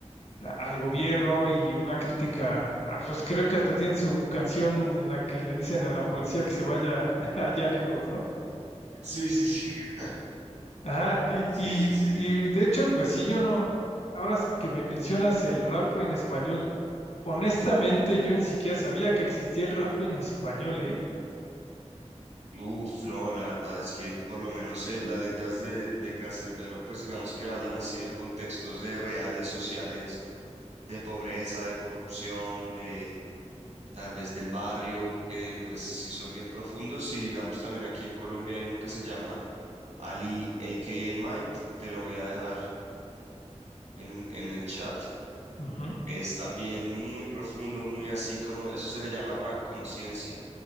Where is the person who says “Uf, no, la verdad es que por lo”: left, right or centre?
Right